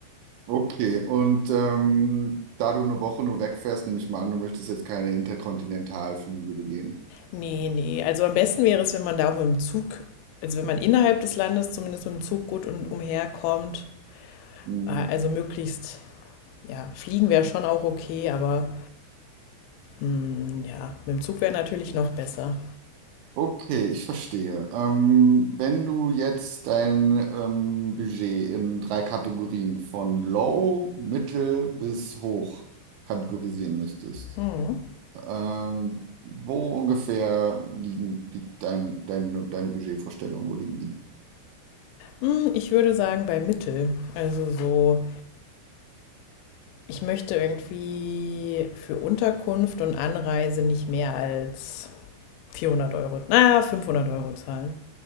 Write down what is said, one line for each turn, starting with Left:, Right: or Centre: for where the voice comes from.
Right: Okay, und ähm, da du eine Woche nur wegfährst, nehme ich mal an, du möchtest jetzt keine Interkontinentalflüge begehen.
Left: Nee, nee, also am besten wäre es, wenn man da auch mit dem Zug, also wenn man innerhalb des Landes zumindest mit dem Zug gut und umherkommt,
Right: Hm,
Left: Äh, also möglichst, ja, fliegen wäre schon auch okay, aber hm, ja, mit dem Zug wäre natürlich noch besser.
Right: Okay, ich verstehe. Ähm, wenn du jetzt dein ähm, Budget in drei Kategorien von Low, Mittel bis Hoch kategorisieren müsstest,
Left: Hm.
Right: ähm, wo ungefähr liegen die, dein, deine, deine Budgetvorstellungen, wo liegen die?
Left: Hm, Ich würde sagen, bei Mittel. Also so, ich möchte irgendwie für Unterkunft und Anreise nicht mehr als 400 Euro, naja, 500 Euro zahlen.